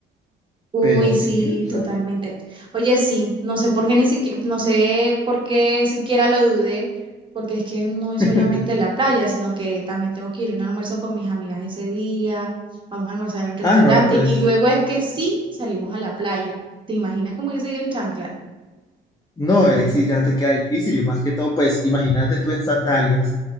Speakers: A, on the right; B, on the left.
A: Uy,
B: Pero sí,
A: sí,
B: o sea,
A: totalmente. Oye, sí, no sé por qué ni siquiera, no sé por qué siquiera lo dudé, porque es que no es
B: <laughs>
A: solamente la playa, sino que también tengo que ir a un almuerzo con mis amigas ese día, vamos a almorzar en un restaurante
B: Ah, no, entonces,
A: y luego es que sí salimos a la playa. ¿Te imaginas que me hubiese ido en chanclas?
B: no, ahí sí ya te queda difícil y más que todo, pues imagínate tú en sandalias,